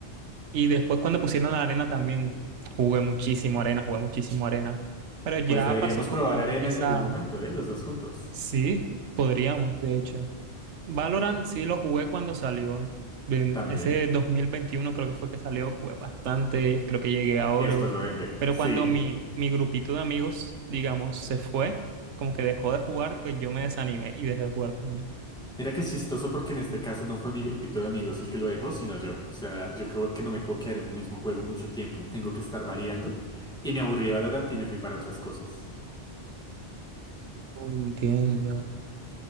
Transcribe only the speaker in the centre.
Pues deberíamos
probar
arena
en algún momento, ¿eh? Los dos juntos.
También.
Y después lo dejé.
Sí.
Mira que es chistoso porque en este caso no fue mi grupito de amigos el que lo dejó, sino yo. O sea, yo creo que no me puedo quedar en un mismo juego mucho tiempo, tengo que estar variando. Y me aburrí de Valorant y me fui para otras cosas.